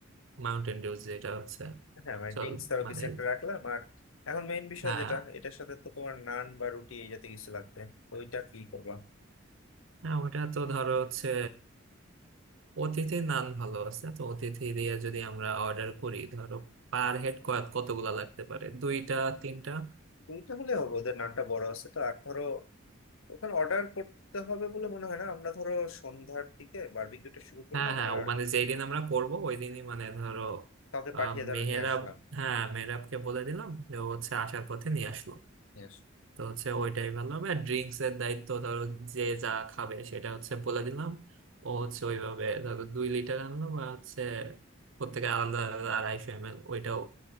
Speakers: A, on the right; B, on the left.
A: মাউন্টেন ডিউ যেটা হচ্ছে
B: হ্যাঁ মানে
A: চল
B: ড্রিঙ্কস আরো
A: মানে
B: কিছু একটা রাখলাম আর এখন মেইন বিষয়
A: হ্যাঁ
B: যেটা এটার সাথে তো তোমার নান বা রুটি এই জাতীয় কিছু লাগবে তো ওইটা কি করবা
A: হ্যাঁ ওটা তো ধরো হচ্ছে অতিথি নান ভালো আছে তো অতিথি দিয়ে যদি আমরা অর্ডার করি ধরো পার হেড কতগুলা লাগতে পারে দুইটা তিনটা
B: দুইটা হলে হবে ওদের নানটা বড় আছে তো আর ধরো ওখানে অর্ডার করতে হবে বলে মনে হয় না আমরা ধরো সন্ধ্যার দিকে বারবিকিউটা শুরু করলাম
A: হ্যাঁ হ্যাঁ
B: আর
A: ও মানে যেই দিন আমরা করব ওই দিনই মানে ধরো
B: কাউকে
A: আহ,
B: পাঠিয়ে ধরো
A: মেহেরাব
B: নিয়ে আসলাম
A: হ্যাঁ মেহেরাবকে বলে দিলাম যে ও হচ্ছে আসার পথে নিয়ে আসলো
B: নিয়ে আসলাম
A: তো হচ্ছে ওইটাই ভালো হবে আর ড্রিঙ্কস এর দায়িত্ব ধরো যে যা খাবে সেটা হচ্ছে বলে দিলাম ও হচ্ছে ওইভাবে ধরো দুই লিটার আনলো বা হচ্ছে প্রত্যেকে আলাদা আলাদা আড়াইশো এম এল ওইটাও